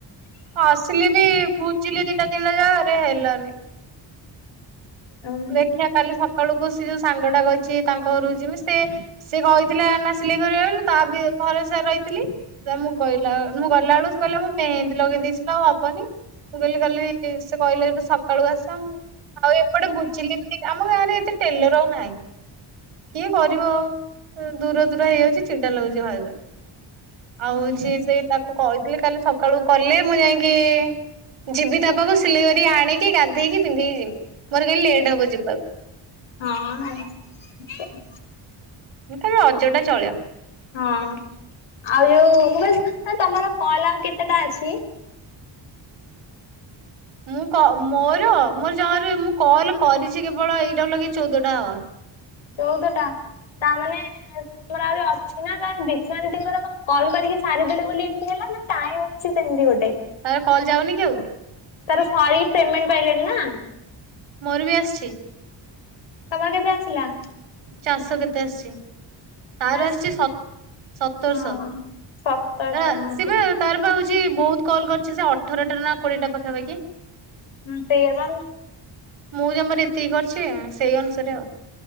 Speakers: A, on the right; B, on the left.
A: ଆସିଲି ବି ବୁଝିଲି ଦିଟା ତିନଟା ଯାଗାରେ। <unintelligible> ସେ, ହେଲାନି।
B: ହଁ
A: ଦେଖିଆ, କାଲି ସକାଳୁକୁ, ସି ସେ, ଯୋଉ ସାଙ୍ଗଟା କହିଚି, ତାଙ୍କ ଘରୁ ଯିମି ସିଏ, ସିଏ କହିଥିଲା ନା ସିଲେଇ କରିଆ, ତା ବି ଭରଷାରେ ରହିଥିଲି ୲ତା ମୁଁ, କହିଲା ମୁଁ ଗଲା ବେଳକୁ ସେ କହିଲା, ମୁଁ ମେହେନ୍ଦି ଲଗେଇ ଦେଇେଚି ୲ଆଉ ହବନି, ମୁଁ କହିଲି କାଲି ସେ କହିଲେ, ଯଦି ସକାଳୁ ଆସ ମୁଁ ଆଉ ଏପଟେ ବୁଝିଲି ବି ଆମ ଗାଁରେ ଏତେ ଟେଲର ଆଉ ନାହିଁ। କିଏ କରିବ ଆଉ? ଦୂର ଦୂର ହେଇଯାଉଚି ଚିଡା ଲାଗୁଚି ଭାରି ଜୋରେ।
B: ହଁ
A: ଆଉ ହୋଚି ସେଇ ତାକୁ କହିଥିଲି କାଲି ସକାଳୁ କଲେ ମୁଁ ଯାଇଁକି ଯିବି ତା ପାଖକୁ ସିଲେଇ କରି କି ଆଣିକି ଗାଧେଇକି ପିନ୍ଧିକି ଯିବି। ମୋର କାଲି ଲେଟ୍ ହବ ଯିବାକୁ।
B: ଉଂହଁ ହଁ
A: କାଲି ରଜ ଟା ଚଳିବ।
B: ହଁ ଆଉ ଯୋଉ ମୁଁ କଲି ତ ତମର କଲ୍ ଆଉ କେତେଟା ଅଛି।
A: ମୁଁ କ ମୋର ମୋର ଜମାରୁ ମୁଁ କଲ କରିଚି କେବଳ ଏଇଟା କୁ ଲଗେଇ ଚଉଦଟା ହବ।
B: ଚଉଦଟା ତା ମାନେ ତୁମର ଆହୁରି ଅଛି ନା ତେହେଲେ ଦିଶା ଦିଦିଙ୍କର କଣ କଲ୍ କରିକି ସାରିଦେଲେ ବୋଲି ଏମିତି ହେଲା ନା ଟାଇମ ଅଛି ସେମିତି ଗୋଟେ।
A: ତାର କଲ ଯାଉନି କି ଆଉ।
B: ତାର ସାରିକି ପେମେଣ୍ଟ ପାଇଲେଣି ନା।
A: ମୋର ବି ଆସିଚି।
B: ତମର କେବେ ଆସିଲା?
A: ଚାଶ କେତେ ଆସିଚି? ତାର
B: ଆସ୍
A: ଆସିଚିସତ୍--ସତରଶ।
B: ହଁ ସତରଶହ
A: ହିଁ
B: ହଁ
A: ସିଏବା ତାରପା ହ ବହୁତ କଲ କରିଛି ସେ ଅଠରଟା ନା କୋଡିଏଟା ପାଖାପାଖି
B: ହଁ ସେଇଆ ବା
A: ମୁଁ ଜମାରୁ ଏତିକି କରିଛି ସେଇ ଅନୁସାରେ ଆଉ